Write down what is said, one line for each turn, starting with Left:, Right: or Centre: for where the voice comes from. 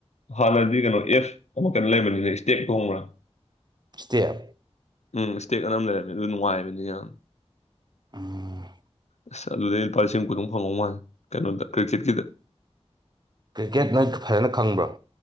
Left: ꯍꯥꯟꯅꯗꯤ ꯀꯩꯅꯣ ꯑꯦꯐ ꯑꯃ ꯀꯩꯅ ꯂꯩꯕꯅꯤꯅ ꯏꯁꯇꯦꯦꯛ ꯈꯣꯡꯕ꯭ꯔꯥ
Right: ꯁꯤꯇꯦꯌꯥ
Left: ꯎꯝ ꯏꯁꯇꯦꯛ ꯑꯅꯝ ꯂꯩꯔꯝꯃꯦ ꯑꯗꯨ ꯅꯨꯡꯉꯥꯏꯕꯅꯤ ꯌꯥꯝ
Right: ꯑꯝ
Left: ꯑꯁ ꯑꯗꯨꯗꯩ ꯂꯨꯄꯥꯁꯤꯡ ꯈꯨꯗꯝ ꯐꯪꯉꯧ ꯃꯥꯜ ꯀꯩꯅꯣꯗ ꯀ꯭ꯔꯤꯛꯀꯦꯠꯀꯤꯗ
Right: ꯀ꯭ꯔꯤꯀꯦꯠꯅꯣꯏ ꯐꯖꯅ ꯈꯪꯕ꯭ꯔꯥ